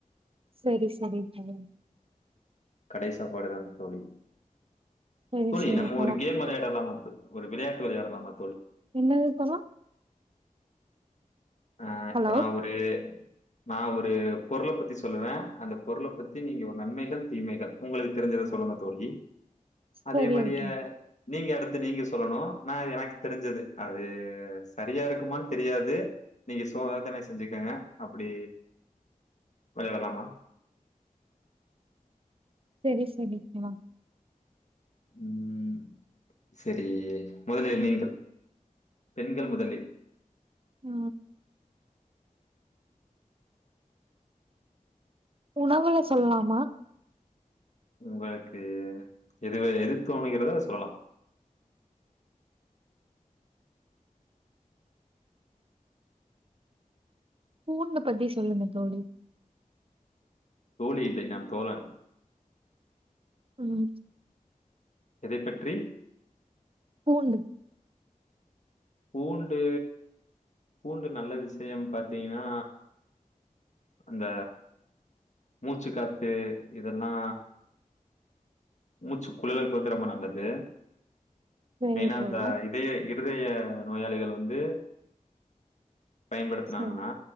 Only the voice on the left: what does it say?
கடை சாப்பாடுதான் தோழி
தோழி
நம்ம
ஒரு கேம் வெளையாடலாம் தோ ஒரு விளையாட்டு விளையாடலாம
அ
இப்ப நா ஒரு நா ஒரு பொருள பத்தி சொல்லுவே அந்த பொருள பத்தி நீங்க நன்மைகள் தீமைகள் உங்களுக் தெரிஞ்ச தசொல்லுங்க தோழி
அதே மாரியே
நீங்க அடுத்து நீங்க சொல்லணு நா எனக்கு தெரிஞ்சது அது சரியா இருக்குமானு தெரியாது நீங்க சோதனை செஞ்சுக்கங்க அப்டி வெளாடலாமா
ம் செரி முதலில் நீங்க பெண்கள் முதலில்
ஒர்க்கு எது எது தோணுகிறதோ அத சொல்லா
தோழி இல்லைங்க நா தோழன்
எதை பற்றி
பூண்டு பூண்டு நல்ல விஷயம் பாத்தீங்கனா அந்த மூச்சுக்காத்து இதெல்லா மூச்சு குழலுக்கு வந்து ரொம்ப நல்லது
ஏனா
அந்த இதய இருதய நோயாளிகள் வந்து பயன்படுத்துனாங்கனா